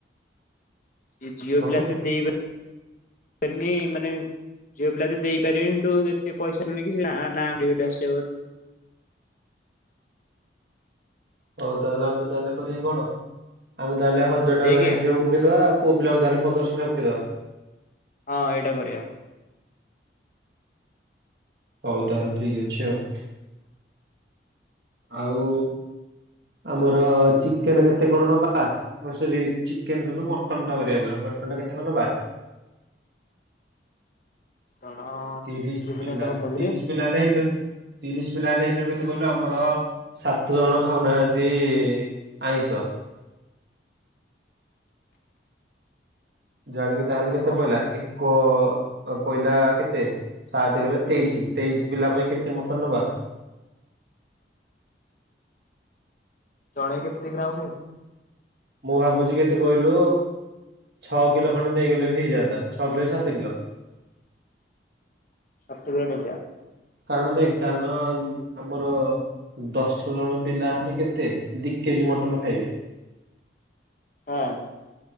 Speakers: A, on the left; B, on the right.
A: ଏ ଝିଅ
B: କହୁନୁ
A: ପିଲା ଏତେ ଦେଇ ବେନି ମାନେ ଝିଅ ପିଲା ଏତେ ଦେଇପାରିବେନି ତୁ ଏତେ ପଇସା ଶୁଣିକି ସେ ନା ନା <unintelligible> ଆସି
B: ହଉ ତାହେଲେ ଆମେ ତାହେଲେ କରିବା କଣ ଆମେ ତାହେଲେ ହଜାର ଟଙ୍କା
A: ଦେଖେ
B: ଲେଖେ ଝିଅ ପକେଇଦବା ଆଉ ପୁଅ ପିଲାଙ୍କୁ ତାହେଲେ ପନ୍ଦରଶ ଲେଖେ ପକେଇଦବା।
A: ହଁ ଏଇଟା କରିବା।
B: ହଉ ତାହେଲେ ଠିକ ଅଛି ଆଉ। ଆଉ ଆମର ଚିକେନ କେତେ କଣ ନବା ମ ସରି ଚିକେନ ତ ନୁହ ମଟନ ଟା କରିବା ପରା ମଟନ୍ ଟା କେତେ କଣ ନବା?
A: ଜଣ
B: ତିରିଶ
A: କେଜି
B: ପିଲା
A: ନେଲେ ହବ କିରେ?
B: ତିରିଶ ପିଲା ହେଲେ ଏଇ ତ ତିରିଶ ପିଲା ହେଲେ ଏଇଥିର କେତେ କହିଲୁ ଆମର ସାତ ଜଣ ଖାଉନାହାନ୍ତି ଆଇଁଷ। ଜଣ କି ତାହେଲେ
A: ହଁ
B: କେତେ ପଇଲା ଏକ ଅ ପଇଲା କେତେ? ସାତ ଗଲେ ତେଇଶି ତେଇଶି ପିଲା ପାଇଁ କେତେ ମଟନ ନବା?
A: ଜଣେ କେତେ ଗ୍ରାମ ଖାଇବ?
B: ମୁଁ ଭାବୁଛି କେତେ କହିଲୁ ଛଅ କିଲୋ ଖଣ୍ଡେ ନେଇଗଲେ ବି ହେଇଯାଆନ୍ତା ଛଅ କିଲୋ ବି ସାତ କିଲୋ।
A: ସାତେ ଜଣକିଆ
B: କାରଣ ଦେଖେ କାରଣ ଉଁ ଆମର। ଦଶ ଜଣ ପିଲା ହେଲେ କେତେ ଦି କେଜି ମଟନ ଖାଇବେ।
A: ହଁ।